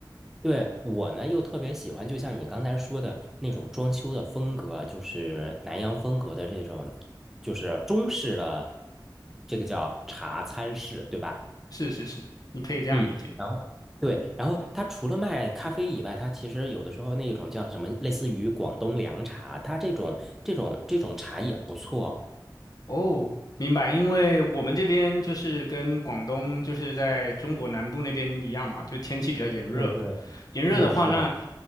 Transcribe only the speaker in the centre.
对我呢又特别喜欢，就像你刚才说的那种装修的风格，就是南洋风格的这种，就是中式的，这个叫茶餐室，对吧？
嗯，然后对，然后它除了卖咖啡以外，它其实有的时候那种叫什么，类似于广东凉茶，它这种这种这种茶也不错。
对对，
是是，